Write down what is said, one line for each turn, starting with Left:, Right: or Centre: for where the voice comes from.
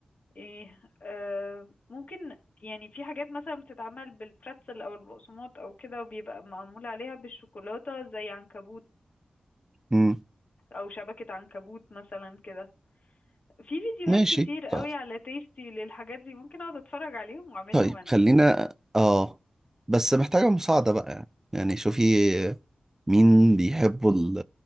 Left: ايه أم، ممكن يعني في حاجات مثلا بتتعمل بالبرتزل او البقسماط او كده وبيبقى معمول عليها بالشوكولاتة زي عنكبوت
Right: مم.
Left: او شبكة عنكبوت مثلا كده في فيديوهات
Right: ماشي
Left: كتير قوي
Right: ف...
Left: على تيستي للحاجات دي ممكن اقعد اتفرج عليهم واعملهم
Right: طيب
Left: انا
Right: خلينا اه بس محتاجة مساعدة بقى يعني يعني شوفي مين بيحبوا ال-